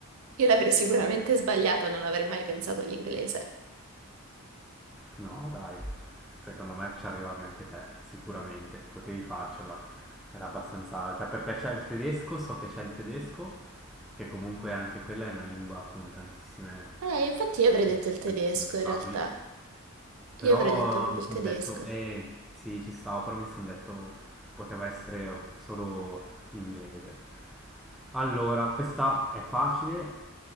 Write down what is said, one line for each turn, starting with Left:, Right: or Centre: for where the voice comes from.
Right: Io l'avrei sicuramente sbagliata, non avrei mai pensato all'inglese.
Centre: no dai, secondo me ci arrivavi anche te, sicuramente, potevi farcela, era abbastanza, cioè perché c'è il tedesco, so che c'è il tedesco. che comunque anche quella è una lingua con tantissime,
Right: Eh, infatti io avrei detto
Centre: eh,
Right: il tedesco
Centre: tantissimi vocaboli.
Right: in realtà.
Centre: Però
Right: Io avrei detto proprio
Centre: mi
Right: il
Centre: sono
Right: tedesco.
Centre: detto, eh sì, ci stava, però mi sono detto poteva essere solo l'inglese. Allora, questa è facile